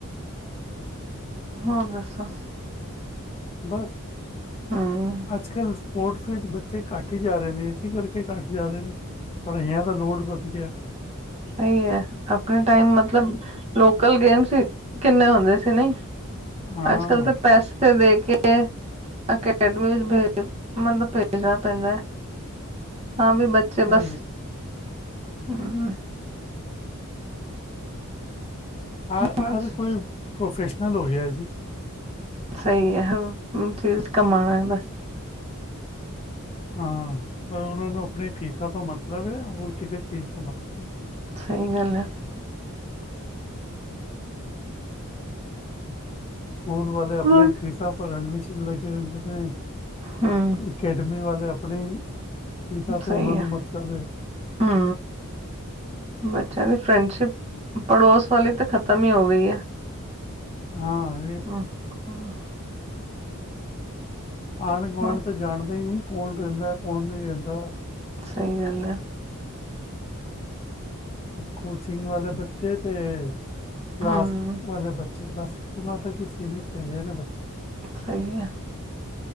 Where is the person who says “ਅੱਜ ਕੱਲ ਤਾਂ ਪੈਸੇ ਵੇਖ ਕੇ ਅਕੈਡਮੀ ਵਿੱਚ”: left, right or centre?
Right